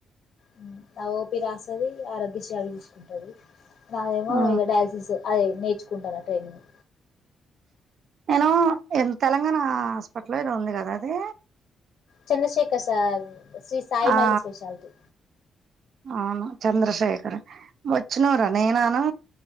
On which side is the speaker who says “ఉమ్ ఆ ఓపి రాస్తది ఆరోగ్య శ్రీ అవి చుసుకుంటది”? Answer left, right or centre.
Left